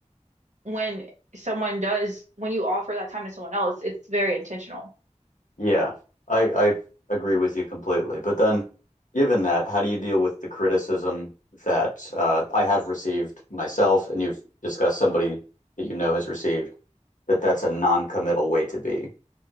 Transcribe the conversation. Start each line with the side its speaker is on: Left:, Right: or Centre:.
Right: when someone does, when you offer that time to someone else, it's very intentional.
Left: Yeah, I I agree with you completely. But then, given that, how do you deal with the criticism that uh, I have received myself, and you've discussed somebody that you know has received that that's a non-committal way to be?